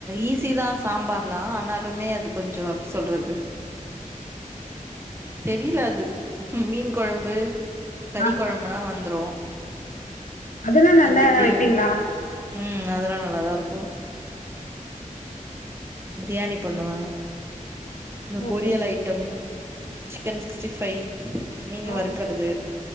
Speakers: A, on the right (about 20°); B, on the left (about 70°).
A: ஈசி தான் சாம்பார்லாம் ஆனாலுமே அது கொஞ்சோ எப்டி சொல்றது தெரில அது மீன் கொழம்பு கறி
B: ஆ
A: கொழம்பு ம்னா வந்துரும்
B: அதெல்லா நல்லா
A: அது எப்டி
B: வைப்பீங்களா
A: வந்ச் உம் அதெல்லாம் நல்லாதாருக்கும் ப்ரியாணி பண்ணுவே இந்த
B: ஓ
A: பொரியல்
B: அப்டி
A: ஐட்டம் சிக்கன் சிக்ஸ்டி ஃபை மீன்
B: ஆ
A: வறுக்குறது